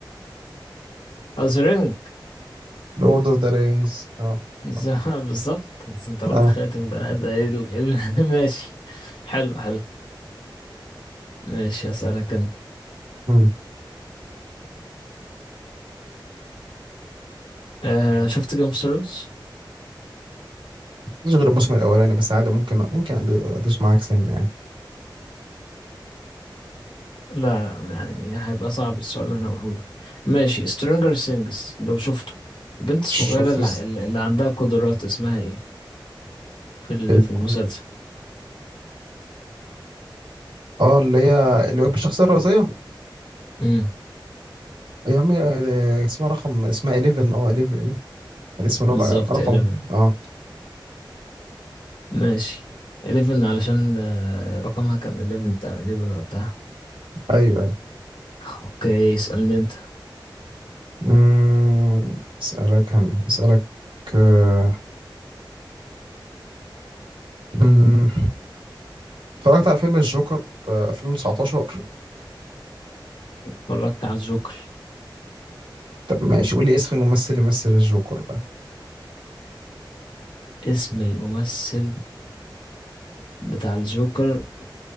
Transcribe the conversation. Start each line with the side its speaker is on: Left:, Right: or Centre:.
Left: او سرنج
Right: لورد اوف ذا رينجز اه
Left: <laughs>
Right: اه
Left: بالظبط بس انت قلت
Right: آه.
Left: خاتم ده ده ايه ال- إيه ال- <laughs> ماشي حلو حلو ماشي هسألك انا
Right: مم.
Left: آه شفت جيم اوف ثرونز
Right: مش غير الموسم الأولاني بس عادي ممكن ممكن أد- أدوس معاك سنة يعني
Left: لا يعني هيبقى صعب السؤال اللي انا هقوله لك ماشي سترينجر سينجز لو شفته البنت الصغيرة
Right: شفت
Left: اللي,
Right: الس-
Left: ع- اللي عندها قدرات اسمها ايه في ال-
Right: ال-
Left: في المسلسل
Right: اه اللي هي اللي هو بالشخصية الرئيسية
Left: امم
Right: أيام آه، اسمها رقم اسمها 11 اه 11 الاسم رق-
Left: بالظبط
Right: رقم
Left: 11
Right: اه
Left: ماشي 11 علشان آه، رقمها كان 11 بتاع 11 وقتها
Right: ايوه ايوه
Left: اوكي اسألني انت
Right: مم، اسالك هن اسالك آه، مم، اتفرجت على فيلم الجوكر في 2019
Left: اتفرجت على الجوكر
Right: طب ماشي قول لي اسم الممثل اللي مثل الجوكر بقى
Left: اسم الممثل بتاع الجوكر